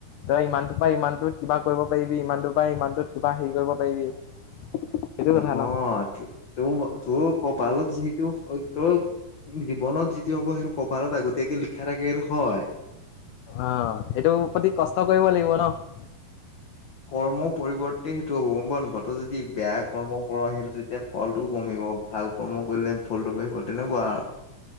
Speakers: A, on the left; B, on the left.
A: তই ইমানটোৰ পৰা ইমানটো কিবা কৰিব পাৰিবি, ইমানটোৰ পৰা ইমানটো কিবা হেৰি কৰিব পাৰিবি। সেইটো
B: নহয়
A: কথা ন
B: তোৰ কপালত যিহেতু সত্য জীৱনত যিটো হ'ব সেইটো কপালত আগতীয়াকে লিখা থাকে সেইটো হয়।
A: অ', সেইটো প্ৰতি কষ্ট কৰিব লাগিব ন'?
B: কৰ্ম পৰিৱৰ্তে সেইটো হ'ব গ'ম পাৱ নে নাপাৱ, তই যদি বেয়া কৰ্ম কৰ সেইটো যেতিয়া ফলটো কমিব ভাল কৰ্ম কৰিলে ফলটো বাঢ়িব তেনেকুৱা আৰু।